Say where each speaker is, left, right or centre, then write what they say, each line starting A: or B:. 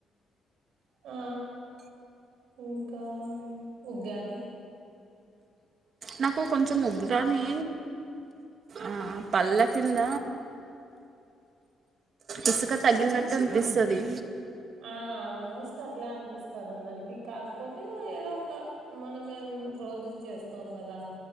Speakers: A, on the right; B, on the right.
A: ఆ ఇంకా ఉగ్గాని
B: నాకు కొంచెం ముగ్గురాని ఆ బల్ల కింద ఇసుక తగిలినట్టు అనిపిస్తది
A: ఆ ఆల్మోస్ట్ అట్లా అనిపిస్తది అందరికి కాకపోతే ఏదో ఒక మనమేం రోజు చేసుకోం గదా